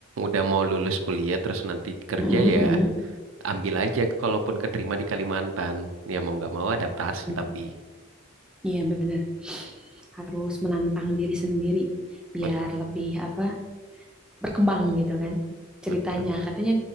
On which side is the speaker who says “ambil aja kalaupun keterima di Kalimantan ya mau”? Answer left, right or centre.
Right